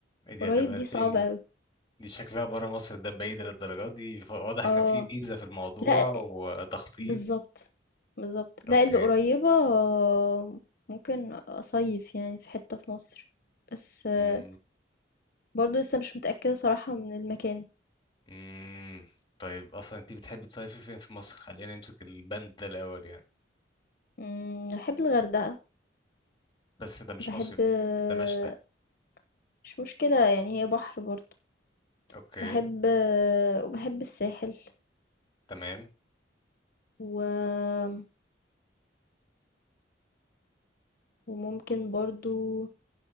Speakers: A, on the left; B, on the left.
A: ايه دي
B: قريب
A: هتبقى
B: دي
A: لفين
B: صعبة
A: دي؟
B: اوي
A: دي شكلها برا مصر ده بعيد للدرجة دي ف- واضح ان
B: اه
A: في فيزا في الموضوع
B: لا
A: وتخطيط
B: بالظبط بالظبط
A: اوكي
B: لا اللي قريبة آه، ممكن اصيف يعني في حتة في مصر بس آه،
A: امم
B: برضو لسه مش متأكدة صراحة من المكان
A: امم طيب اصلا انت بتحبي تصيفي فين في مصر؟ خلينا نمسك البند ده الاول يعني
B: مم، بحب الغردقة
A: بس ده مش
B: بحب
A: مصيف
B: آه،
A: ده مشتى
B: مش مشكلة يعني هي بحر برضو
A: اوكي
B: باحب وباحب الساحل
A: تمام
B: و... وممكن برضو